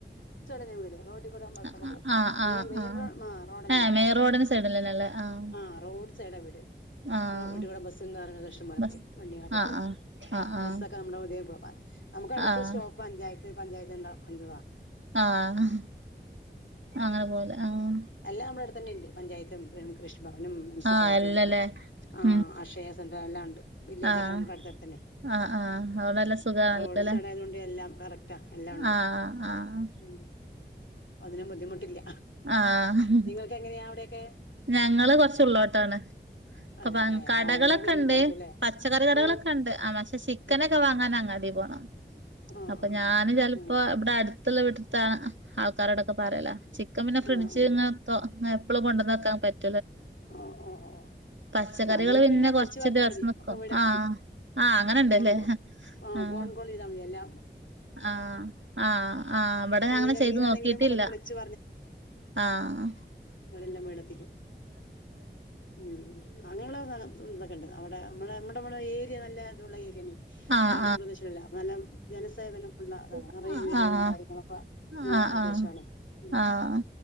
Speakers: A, on the left (about 80°); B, on the right (about 80°).
A: വ്ടെ റോ ബസ്സൊക്കെ
B: ആഹ്
A: പോവും <unintelligible>
B: ആഹ് ആഹ്
A: ആ റോഡെന്നേണ്
B: ഏഹ് മെയിൻ റോഡിന് സൈഡിലന്നെല്ലേ ആഹ്
A: ആ റോഡ്സൈഡ് വ്ടെ
B: ആഹ്
A: റോട്ട് ക്കൂടെ ബസ്സും കാറൊക്കെ ഇഷ്ട്ടംപ്പോലെ
B: ബസ്
A: പോവും വണ്ടികളൊക്കെ
B: ആഹ്
A: പോവും
B: ആഹ് ആഹ്
A: ബസ്സൊക്കെ മ്മള് <unintelligible> നമുക്ക് അടുത്ത്
B: ആഹ്
A: സ്റ്റോപ്പ് പഞ്ചായത്ത് പഞ്ചായത്ത്ണ്ട കണ്ടതാ.
B: ആഹ്. അങ്ങനെ പോവല് ആഹ്
A: അല്ല. മ്മളെട്ത്തന്നെണ്ട് പഞ്ചായത്തും, മ് കൃഷിഭവനും, മുൻസിപ്പാലിറ്റിയും,
B: ആഹ് എല്ലല്ലേ
A: എല്ലാ ആ
B: ഉം
A: അക്ഷയസെ എല്ലാംണ്ട് വില്ലേജൊക്കെ
B: ആഹ്
A: നമ്മക്ക് അടുത്തടുത്തന്നെ.
B: ആഹ് ആഹ് അവിടെ നല്ല സുഖാണല്ലോല്ലേ
A: റോഡ് സൈഡായതൊണ്ട് എല്ലാം കറക്റ്റാ എല്ലാം ഉണ്ട്
B: ആഹ് ആഹ്
A: ഉം. അതിനും ബുദ്ധിമുട്ടില്ല.
B: ആഹ്
A: നിങ്ങൾക്ക് എങ്ങനെയാ അവിടെയൊക്കെ
B: ഞങ്ങള് കൊറച്ചുള്ളോട്ടാണ്. <unintelligible>
A: അതെല്ലെ
B: കടകളൊക്കെ
A: ആ ഭയങ്കര ബുദ്ധിമുട്ടായിരിക്കും
B: ണ്ട്
A: അല്ലേ
B: പച്ചക്കറി കടകളൊക്കെ
A: ആഹ്
B: ണ്ട് ആ പഷെ ചിക്കനൊക്കെ
A: ആഹ്
B: വാങ്ങാൻ അങ്ങാടി പോണം
A: ആഹ്
B: അപ്പൊ ഞാന്
A: ആഹ്
B: ചെൽപ്പൊ
A: ഉം
B: ബ്ടെ അട്ത്തുള്ള വീട്ട്ത്തെ അ ആൾക്കാരോടൊക്കെ പറിയലാ ചിക്കൻ പിന്നെ ഫ്രിഡ്ജ്
A: ആഹ് ആഹ്
B: ഇങ്ങ തൊ ങ്ങപ്പളു കൊണ്ടന്നക്കാൻ പറ്റ്
A: ഓ ഓ ഓ
B: പച്ചക്കറികള്
A: നമ്മൾക്ക് പിന്നെ വിളിച്ചു
B: കൊറച്ച്
A: പറഞ്ഞാ
B: ദിവസം
A: മതി
B: നിക്കും
A: ഒക്കെ വീടെത്തിക്കും.
B: ആഹ് ആഹ് അങ്ങനെണ്ടല്ലേ
A: ഫോൺ കോൾ ആ
B: ആഹ്
A: ഫോൺ കോള് ചെയ്തമതി എല്ലാ
B: ആഹ് ആ ആ ഇവിടെ ഞാ
A: മീന്
B: അങ്ങനെ ചെയ്ത്
A: മീനാണെങ്കിലും
B: നോക്കിട്ടില്ല.
A: ഒക്കെ ഒന്ന് വിളിച്ചു
B: ആഹ്.
A: ഓലെല്ലാ വീടെത്തിക്കും ഉം അങ്ങനെള്ളെ <unintelligible> തക്കണ്ട്. നമ്മള നമ്മുടെ വ്ടെ ഏരിയ നല്ല ഇതുള്ള ഏരിയാണെ
B: ആഹ്
A: കാടും പ്രദേശവുംല്ലാം നല്ല ജനസേവനം. ഉള്ള താണ്
B: ആഹ്
A: നെറയ വീടുകളും
B: ആഹ്
A: കാര്യങ്ങളൊക്കെ. ഉള്ള
B: ആഹ്
A: പ്രദേശമാണേ
B: ആഹ്
A: ഉം
B: ആഹ്